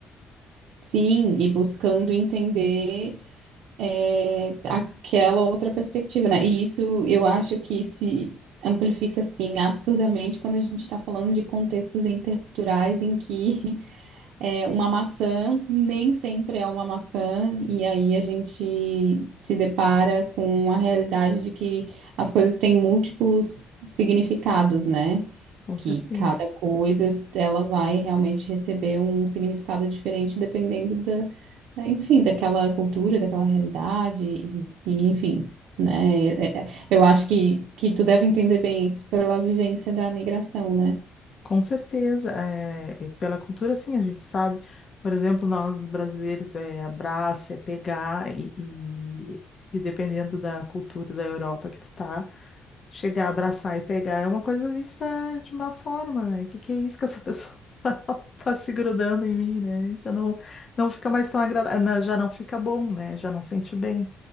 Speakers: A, on the right (about 85°); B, on the left (about 40°).
A: Sim, e buscando entender é, aquela outra perspectiva, né? E isso eu acho que se amplifica, assim, absurdamente quando a gente está falando de contextos interculturais em que É, uma maçã nem sempre é uma maçã, e aí a gente se depara com a realidade de que as coisas têm múltiplos significados, né?
B: com
A: Que
B: certeza.
A: cada coisa ela vai realmente receber um significado diferente dependendo da, é, enfim, daquela cultura, daquela realidade, e, e enfim, né? É, é, Eu acho que, que tu deve entender bem isso pela vivência da migração, né?
B: Com certeza, é, e pela cultura, sim, a gente sabe. Por exemplo, nós brasileiros é abraço, é pegar, e, e, e dependendo da cultura da Europa que tu tá, chegar, abraçar e pegar é uma coisa vista de má forma, né? Que que é isso que essa pessoa <laughs> tá, tá se grudando em mim, né? Já não, não fica mais tão agradável, já não fica bom, né? Já não sente bem